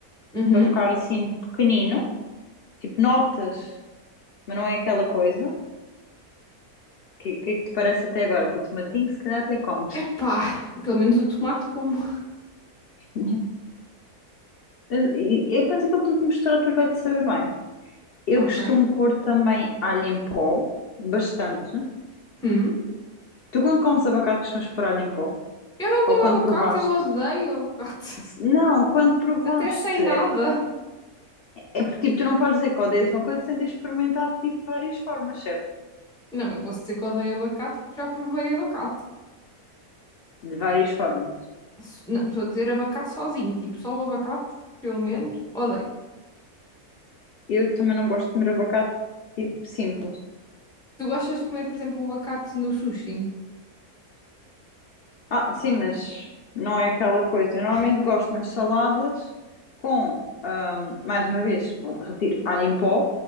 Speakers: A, in the centre; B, on the left.
A: Uhum.
B: para ficar assim pequenino, tipo notas, mas não é aquela coisa. que, que, é que te parece até agora? Que o tomatinho se calhar até comes.
A: Epá, pelo menos o tomate como.
B: <laughs> E, e penso que aquilo tudo misturado depois vai-te saber bem. Eu
A: Ok.
B: costumo pôr também alho em pó, bastante.
A: Hum.
B: Tu quando comes abacate costumas pôr alho em pó?
A: Eu não como
B: Ou quando
A: abacate,
B: provaste?
A: eu odeio abacate.
B: Se- Não, quando provaste.
A: Até sem nada.
B: É, é porque tipo, tu não podes dizer que odeias uma coisa sem ter experimentado tipo, de várias formas, certo?
A: Não, eu posso dizer que odeio abacate porque já provei abacate.
B: De várias formas.
A: so- Não, estou a dizer abacate sozinho, tipo, só o abacate, pelo menos, odeio.
B: Eu também não gosto de comer abacate tipo simples.
A: Tu gostas de comer, por exemplo, o abacate no sushi?
B: Ah, sim, mas não é aquela coisa. Eu normalmente
A: Horrível.
B: gosto nas saladas com, ahm, mais uma vez, volto a repetir, alho em pó.